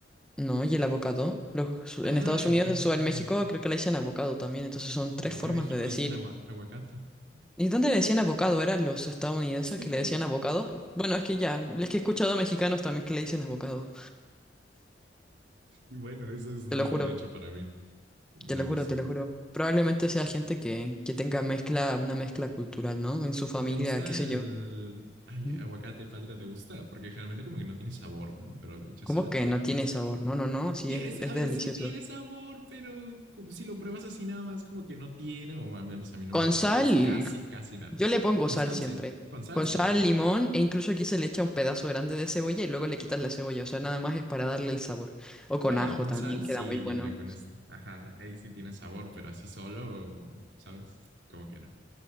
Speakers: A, in the centre; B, on the right (about 80°).
A: No, y el avocado. Los, en
B: Ah,
A: Estados
B: el-
A: Unidos
B: ah,
A: o en México creo que le dicen avocado también, entonces son tres
B: O
A: formas
B: en México
A: de decir.
B: le dicen agua- aguacate. <laughs>
A: ¿Y dónde le decían avocado? ¿Eran los estadounidenses
B: Sí.
A: que le decían avocado? Bueno, es que ya, es que he escuchado a mexicanos también que le dicen avocado,
B: Y bueno, eso es nuevo,
A: te lo juro.
B: de hecho, para mí. Nuevísimo.
A: Te lo juro, te lo juro. Probablemente sea gente que, que tenga mezcla, una mezcla cultural, ¿no? En su familia,
B: ¿Y te gusta
A: qué sé
B: el
A: yo.
B: ay,
A: Ujú.
B: aguacate, palta? ¿Te gusta? Porque generalmente como que no tiene sabor, ¿no? Pero le echas
A: ¿Cómo
B: sal
A: que
B: y...
A: no tiene sabor? No, no, no, sí,
B: Tie-
A: es,
B: es- a
A: es
B: ver,
A: delicioso.
B: sí tiene sabor, pero como- si lo pruebas así nada más, como que no tiene, o al menos a mí no
A: Con
B: me sepa
A: sal,
B: casi, casi, casi nada.
A: yo le pongo
B: Con
A: sal
B: sal,
A: siempre.
B: sí. Con sal,
A: Con
B: sí,
A: sal,
B: ya.
A: limón, e incluso aquí se le echa un pedazo grande de cebolla y luego le quitas la cebolla. O sea, nada más es para darle el sabor. O con
B: Claro,
A: ajo
B: con
A: también
B: sal,
A: queda
B: sí,
A: muy bueno.
B: ya, con esto. Ajá, ahí sí tiene sabor, pero así solo, ¿sabes? Como que no.